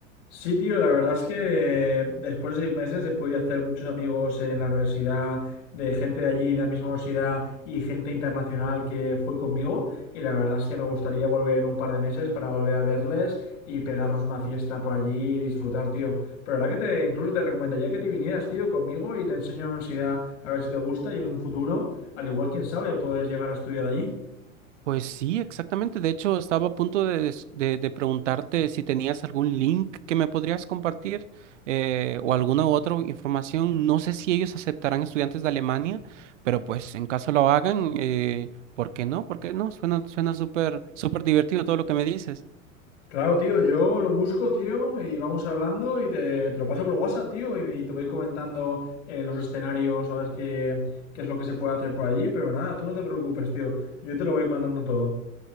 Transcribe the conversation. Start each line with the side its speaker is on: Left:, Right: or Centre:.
Left: Sí, tío, la verdad es que eh, después de seis meses he podido hacer muchos amigos en la universidad, de gente de allí, de la misma universidad y gente internacional que fue conmigo. Y la verdad es que me gustaría volver en un par de meses para volver a verles y pegarnos una fiesta por allí y disfrutar, tío. Pero la verdad que te, incluso te recomendaría que te vinieras, tío, conmigo y te enseño la universidad a ver si te gusta y en un futuro, al igual, quién sabe, puedes llegar a estudiar allí.
Right: Pues sí, exactamente. De hecho, estaba a punto de, des- de- de preguntarte si tenías algún link que me podrías compartir eh, o alguna otra información. No sé si ellos aceptarán estudiantes de Alemania, pero pues en caso lo hagan, eh, ¿por qué no? ¿Por qué no? Suena, suena súper, súper divertido todo lo que me dices.
Left: Claro, tío, yo lo busco, tío, y vamos hablando y te, te lo paso por WhatsApp, tío, y, y te voy comentando eh, los escenarios, a ver qué, qué es lo que se puede hacer por allí, pero nada, tú no te preocupes, tío, yo te lo voy mandando todo.